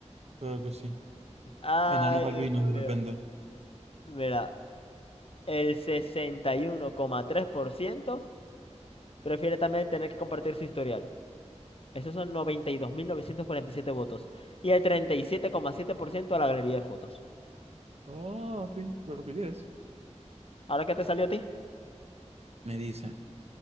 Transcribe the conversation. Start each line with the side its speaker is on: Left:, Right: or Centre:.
Right: Claro que sí.
Left: Ay,
Right: Enanos albinos,
Left: Dios mío.
Right: de repente.
Left: Mira, el sesenta y uno coma tres por ciento. Prefiere también tener que compartir su historial. Esos son noventa y y dos mil novecientos cuarenta y siete votos. Y el treinta y siete siete coma siete por ciento a la galería de fotos.
Right: Ah, sí, claro que yes.
Left: ¿Ahora qué te salió a ti?
Right: Me dice.